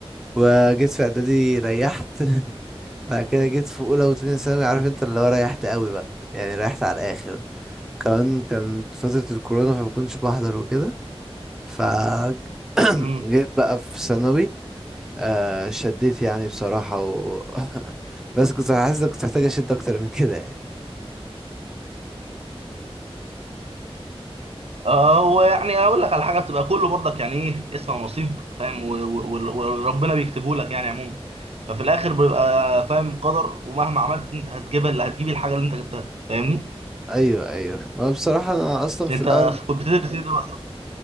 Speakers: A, in the centre; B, on the right.
A: وجيت في اعدادي ريحت <laughs> بعد كده جيت في اولى وتانية ثانوي عارف انت اللي هو ريحت قوي بقى يعني ريحت على الاخر كمان كانت فترة الكورونا فما كنتش بحضر وكده ف <clears throat>
B: امم
A: جيت بقى في ثانوي آه شديت يعني بصراحة و... <laughs> بس كنت حاسس إن كنت محتاج اشد اكتر من كده يعني
B: آه، هو يعني اقول لك على حاجه بتبقى كله برضك يعني ايه اسم ونصيب فاهم و- و- وال- وربنا بيكتبه لك يعني عموما ففي الاخر بيبقى فاهم قدر ومهما عملت انت هتجيب اللي هتجيب الحاجه اللي انت جبتها فاهمني
A: ايوه ايوه هو بصراحة انا اصلا في
B: انت
A: الاول
B: كنت بتدرس ايه دلوقتي اصلا